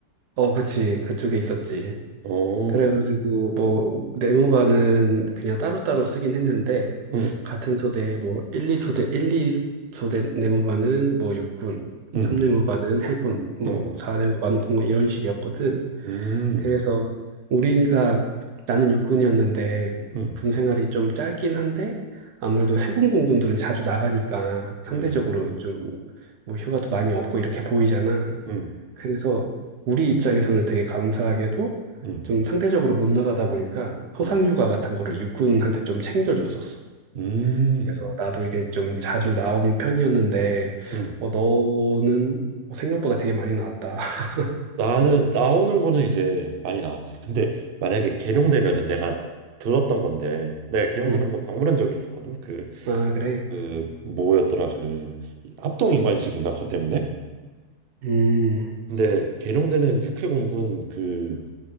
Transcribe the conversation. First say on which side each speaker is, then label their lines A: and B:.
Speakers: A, on the right; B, on the right.
A: 어, 그치. 그쪽에 있었지.
B: 어.
A: 그래가지고 뭐 내무반은 그냥 따로따로 쓰긴 했는데
B: 응.
A: 같은 소대 뭐 1, 2소대, 일, 이 소대 내무반은 뭐 육군,
B: 응.
A: 3내무반은 해군, 뭐
B: 응.
A: 4내무반은 공군 이런 식이었거든.
B: 음.
A: 그래서 우리가 나는 육군이었는데
B: 응.
A: 군 생활이 좀 짧긴 한데 아무래도 해군 공군들은 자주 나가니까 상대적으로
B: 응.
A: 좀 뭐 휴가도 많이 없고 이렇게 보이잖아.
B: 응.
A: 그래서 우리 입장에서는 되게 감사하게도
B: 응.
A: 좀 상대적으로 못 나가다 보니까 포상휴가
B: 응.
A: 같은 거를 육군한테 좀 챙겨줬었어.
B: 음.
A: 그래서 나도 이게 좀 자주 나온 편이었는데
B: 응.
A: 어, 너는 생각보다 되게 많이 나왔다. <laughs>
B: 나는 나오는 거는 이제 많이 나왔지. 근데 만약에 계룡되면은 내가 들었던 건데 내가 계룡대장군
A: 응.
B: 방문한 적이 있었거든. 그
A: 아, 그래.
B: 그 뭐였더라 그 합동인관식인가 그것 때문에
A: 음.
B: 근데 계룡대는 육해공군 그